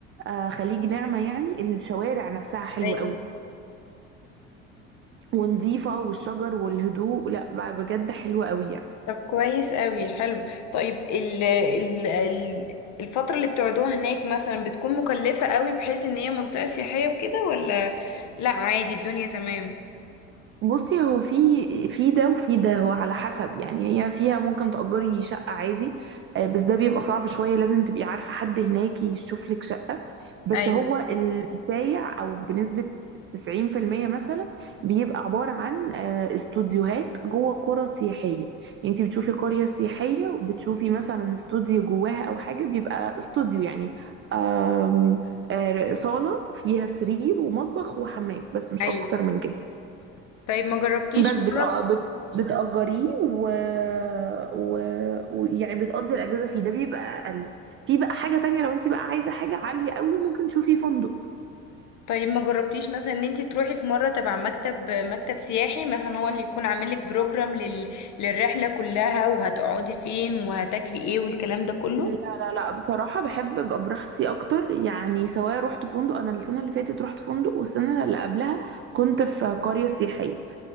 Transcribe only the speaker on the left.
ايوه
طب كويس قوي حلو طيب ال ال ال الفترة اللي بتقعدوها هناك مثلا بتكون مكلفة قوي بحيث ان هي منطقة سياحية وكده ولا لا عادي الدنيا تمام
ايوه
ايوه
طيب ما جربتيش
مرة
طيب ما جربتيش مثلا ان انت تروحي في مرة تبع مكتب مكتب سياحي مثلا هو اللي يكون عامل لك بروجرام لل... للرحلة كلها وهتقعدي فين وهتاكلي ايه والكلام ده كله